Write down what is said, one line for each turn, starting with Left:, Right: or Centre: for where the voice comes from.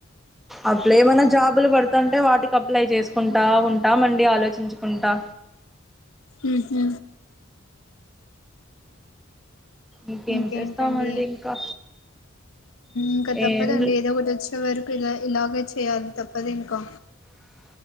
Centre: అప్పుడు ఏమైనా జాబులు పడతాంటే వాటికి అప్లై చేసుకుంటా ఉంటా మండి ఆలోచించుకుంటా.
Left: ఉహు.
Centre: ఇంకేం
Left: ఇంకేంటండి.
Centre: చేస్తామండి ఇంకా
Left: ఇంకా తప్పదండి
Centre: ఏం
Left: ఏదో ఒకటి వచ్చే వరకు ఇలా ఇలాగే చేయ్యాలి తప్పదు ఇంకా.